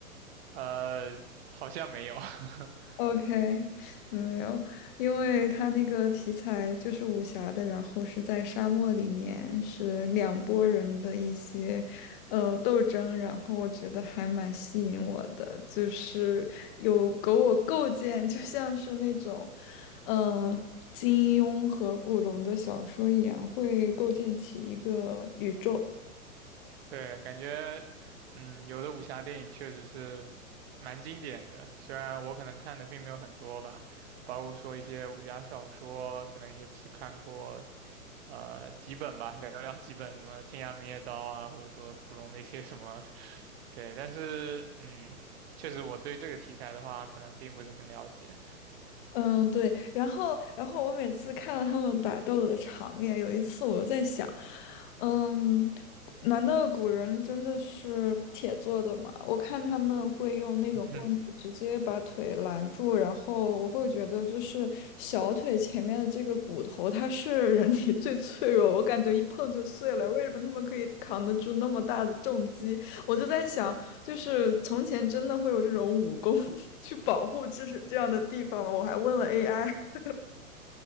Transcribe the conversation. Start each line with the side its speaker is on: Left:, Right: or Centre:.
Right: 呃，好像没有。<laughs>
Left: OK，没有，因为他那个题材就是武侠的，然后是在沙漠里面，是两拨人的一些呃斗争，然后我觉得还蛮吸引我的，就是有给我构建，就像是那种呃金庸和古龙的小说一样，会构建起一个宇宙。
Right: 对，感觉，嗯，有的武侠电影确实是蛮经典的，虽然我可能看的并没有很多吧，包括说一些武侠小说，可能也只看过呃几本吧，寥寥几本，什么《天涯明月刀》啊，或者说古龙的一些什么，对，但是，嗯，确实我对这个题材的话，可能并不是很了解。
Left: 嗯，对，然后，然后我每次看到他们打斗的场面，有一次我就在想，嗯，难道古人真的是铁做的吗？我看他们会用那种棍子直接把腿拦住，
Right: <laughs>
Left: 然后我会觉得就是小腿前面的这个骨头，它是人体最脆弱，我感觉一碰就碎了。为什么他们可以扛得住那么大的重击？我就在想，就是从前真的会有这种武功 <laughs> 去保护这是这样的地方吗？我还问了 AI，因